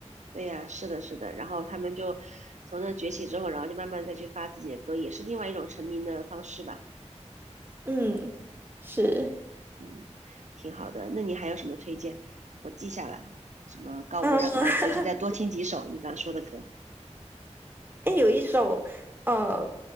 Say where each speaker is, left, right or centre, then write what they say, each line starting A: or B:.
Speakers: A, on the right (about 80°); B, on the right (about 20°).
A: 对呀，是的，是的。然后他们就从那崛起之后，然后就慢慢再去发自己的歌，也是另外一种成名的方式吧。
B: 嗯，是。
A: 嗯，挺好的。那你还有什么推荐？我记下来，什么告五人啊，
B: 嗯，<laughs>
A: 回去再多听几首你刚刚说的歌，
B: 哎，有一首呃